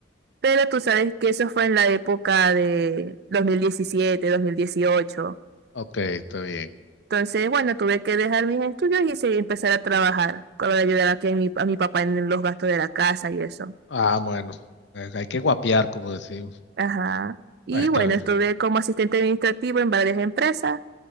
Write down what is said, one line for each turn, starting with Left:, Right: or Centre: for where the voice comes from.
Right: pero tú sabes que eso fue en la época de dos dos mil diecisiete, dos mil dieciocho.
Left: ok, está bien.
Right: Entonces, bueno, tuve que dejar mis estudios y sí, empezar a trabajar con la ayuda aquí a mi, a mi papá en los gastos de la casa y eso.
Left: Ah, bueno, eh, hay que guapear, como decimos.
Right: Ajá. Y
Left: Ah, está
Right: bueno,
Left: bien.
Right: estuve como asistente administrativo en varias empresas